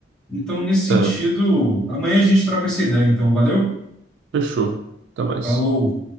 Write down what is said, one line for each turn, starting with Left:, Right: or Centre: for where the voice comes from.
Centre: Então, nesse sentido,
Right: É,
Centre: amanhã a gente troca essa ideia, então, valeu?
Right: fechou. Até mais.
Centre: Falou!